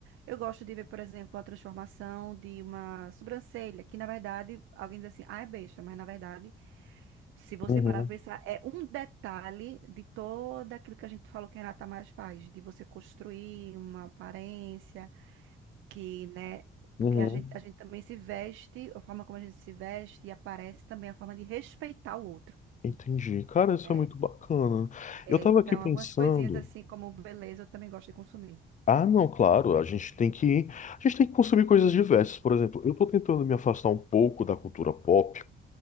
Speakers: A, on the right; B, on the left.
A: eu gosto de ver, por exemplo, a transformação de uma sobrancelha, que na verdade alguém diz assim, ah, é besta, mas na verdade. Se você
B: uhum,
A: parar pra pensar, é um detalhe de todo aquilo que a gente falou que a Renata mais faz, de você construir uma aparência que, né?
B: uhum.
A: Porque a gente, a gente também se veste, a forma como a gente se veste e aparece também é a forma de respeitar o outro,
B: Entendi. Cara, isso
A: né?
B: é muito bacana.
A: É,
B: Eu tava
A: então,
B: aqui pensando.
A: algumas coisinhas assim como beleza eu também gosto de consumir.
B: Ah, não, claro, a gente tem que, a gente tem que consumir coisas diversas. Por exemplo, eu tô tentando me afastar um pouco da cultura pop,